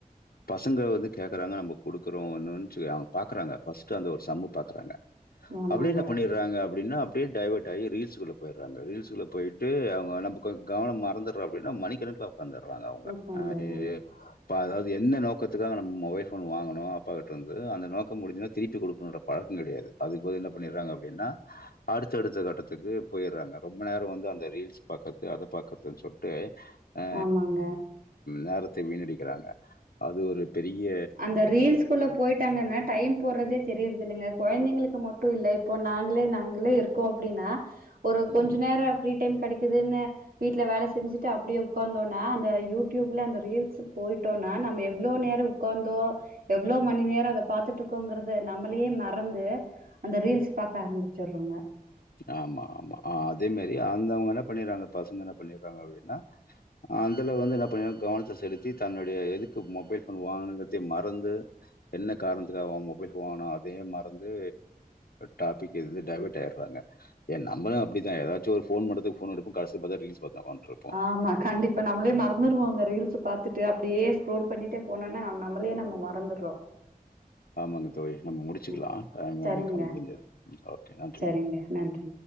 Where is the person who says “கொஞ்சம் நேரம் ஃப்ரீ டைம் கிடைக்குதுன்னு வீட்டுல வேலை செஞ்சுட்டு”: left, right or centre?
Right